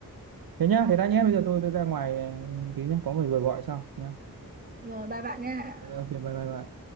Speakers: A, on the right; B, on the right.
A: Thế nhá, thế đã nhé, bây giờ tôi tôi ra ngoài ừ, tí nhá, có người vừa gọi xong nhá.
B: rồi bye bạn nha
A: Ờ, Ok, bye bye bà.